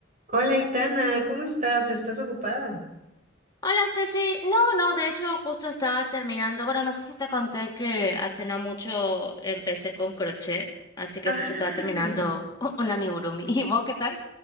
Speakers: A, on the right; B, on the left.
A: Hola, Itana, ¿cómo estás? ¿Estás ocupada?
B: Hola, Steffi. No, no, de hecho justo estaba terminando. Bueno, no sé si te conté que hace no mucho empecé con crochet, así que
A: Ah,
B: justo estaba terminando <laughs> un amigurumi. ¿Y vos qué tal?